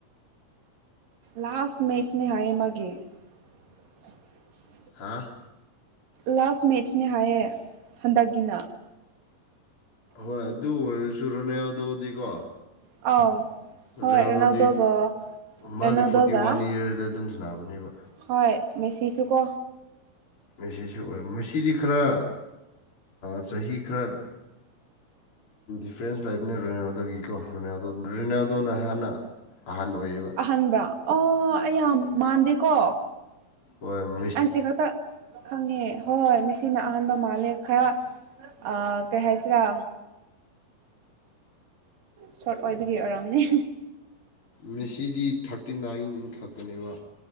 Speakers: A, on the right; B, on the left.
A: ꯂꯥꯁ ꯃꯦꯆꯅꯦ ꯍꯥꯏꯌꯦ ꯃꯥꯒꯤ <inaudible>
B: ꯍꯥ
A: ꯂꯥꯁ ꯃꯦꯠꯆꯅꯦ ꯍꯥꯏꯌꯦ ꯍꯟꯗꯛꯀꯤꯅ
B: ꯍꯣꯏ ꯑꯗꯨ ꯑꯣꯏꯔꯁꯨ ꯔꯣꯅꯦꯜꯗꯣꯗꯤꯀꯣ
A: ꯑꯥꯎ ꯍꯣꯏ
B: ꯑꯗꯨ ꯑꯗꯨ
A: ꯔꯣꯅꯥꯜꯗꯣꯒ
B: ꯑꯗꯨꯗꯤ ꯃꯥꯗꯤ
A: ꯔꯣꯅꯥꯜꯗꯣꯒ
B: ꯐꯣꯔꯇꯤ ꯋꯥꯟ ꯏꯌꯥꯔꯗ ꯑꯗꯨꯝ ꯅꯥꯕꯅꯦꯕ
A: ꯍꯣꯏ ꯃꯦꯁꯤꯁꯨ ꯀꯣ
B: ꯃꯦꯁꯤꯁꯨ ꯑꯣꯏ ꯃꯁꯤꯗꯤ ꯈꯔ ꯆꯍꯤ ꯈꯔ ꯐ꯭ꯔꯦꯟꯁ ꯂꯥꯏꯞꯅꯦ ꯔꯦꯅꯥꯜꯗꯣꯒꯤꯀꯣ ꯔꯣꯅꯥꯜꯗꯣ ꯔꯦꯅꯥꯜꯗꯣꯅ ꯍꯥꯟꯅ ꯑꯍꯟ ꯑꯣꯏꯌꯦꯕ
A: ꯑꯍꯟꯥꯟꯕ꯭ꯔꯥ ꯑꯣ ꯑꯩ ꯌꯥꯝ ꯃꯥꯟꯗꯦꯀꯣ
B: ꯍ
A: ꯑꯩꯁꯤ ꯈꯛꯇ ꯈꯪꯉꯦ ꯍꯣꯏ ꯍꯣꯏ ꯃꯤꯦꯁꯤꯅ ꯑꯍꯥꯟꯕ ꯃꯥꯜꯂꯦ ꯈꯔ ꯑ ꯀꯦꯁꯤꯔꯥ ꯁꯣꯔꯠ ꯑꯣꯏꯕꯒꯤ ꯑꯣꯏꯔꯝꯅꯤ
B: ꯃꯦꯁꯤꯗꯤ ꯊꯥꯔꯇꯤ ꯅꯥꯏꯟ ꯈꯛꯇꯅꯦꯕ